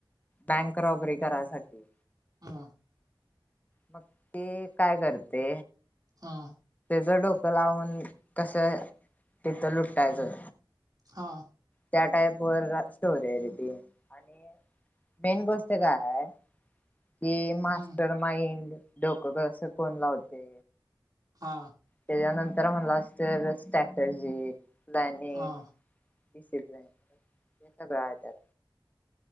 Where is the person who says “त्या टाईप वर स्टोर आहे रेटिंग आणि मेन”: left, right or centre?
Left